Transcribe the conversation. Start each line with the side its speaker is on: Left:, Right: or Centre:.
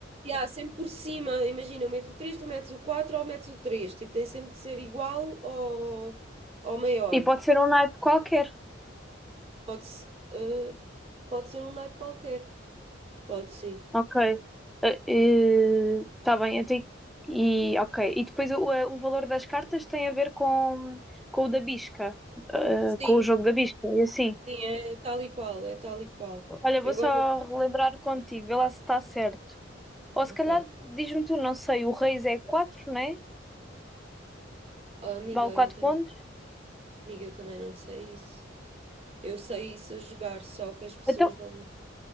Right: Yeah, sempre por cima, imagina, eu meto o 3, tu metes o 4 ou metes o três Tipo, tem sempre de ser igual ou, ou maior.
Centre: E pode ser um naipe qualquer.
Right: Pode, se- eh, pode ser um naipe qualquer. Pode sim.
Centre: Ok. Está bem, eu tenho... E, ok. E depois o, eh, o valor das cartas tem a ver com, com o da bisca, eh,
Right: Sim,
Centre: com o jogo da bisca, e assim.
Right: é tal e qual, é tal e qual.
Centre: Olha, vou
Right: Eu
Centre: só
Right: agora.
Centre: relembrar contigo, vê lá se está certo. Ou se
Right: Ok.
Centre: calhar, diz-me tu, não sei, o reis é quatro, né?
Right: Oh, amiga,
Centre: Vale 4
Right: eu também,
Centre: pontos.
Right: amiga, eu também não sei isso. Eu sei isso a jogar, só que as pessoas
Centre: Então,
Right: vão.